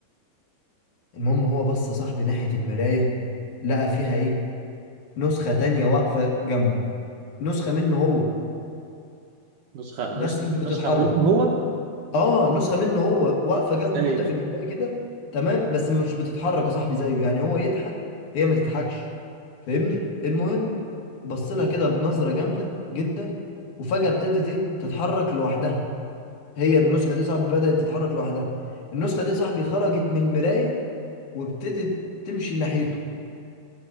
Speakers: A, on the left; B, on the right.
A: المهم هو بص صاحبي ناحية المراية لقى فيها ايه نسخة تانية واقفة جنبه نسخة منه هو
B: نسخة نسخة
A: بس مش بتتحرك
B: نسخة منه هو
A: اه نسخه منه هو واقفه جنبه
B: ازاي
A: كده
B: ده
A: في المرايه كده تمام بس مش بتتحرك يا صاحبي زيه يعني هو يضحك هي ما تضحكش فاهمني المهم بص لها كده بنظره جامده جدا وفجاه ابتدت ايه تتحرك لوحدها هي النسخه دي يا صاحبي بدات تتحرك لوحدها النسخه دي يا صاحبي خرجت من المرايه وابتدت تمشي ناحيته